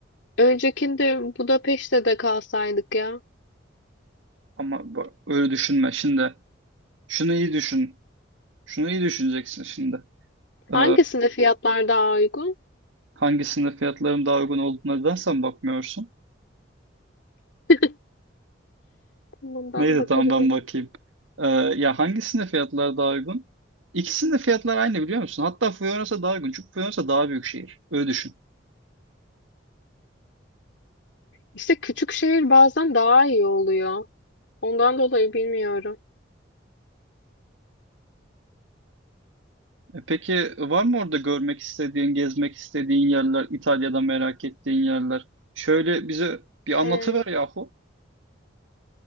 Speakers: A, on the left; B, on the right.
A: öncekinde Budapeşte de kalsaydık ya.
B: Ama bak, öyle düşünme. Şimdi şunu iyi düşün. Şunu iyi düşüneceksin şimdi.
A: Hangisinde
B: Ee,
A: fiyatlar daha uygun?
B: hangisinde fiyatların daha uygun olduğuna neden sen bakmıyorsun?
A: <laughs> Bundan
B: Neyse
A: bakabilirim.
B: tamam ben bakayım. Ee, ya hangisinde fiyatlar daha uygun? İkisinde fiyatlar aynı biliyor musun? Hatta Floransa daha uygun. Çünkü Floransa daha büyük şehir. Öyle düşün.
A: İşte küçük şehir bazen daha iyi oluyor. Ondan dolayı bilmiyorum.
B: E peki var mı orada görmek istediğin, gezmek istediğin yerler, İtalya'da merak ettiğin yerler? Şöyle bize bir
A: Ee,
B: anlatıver yahu.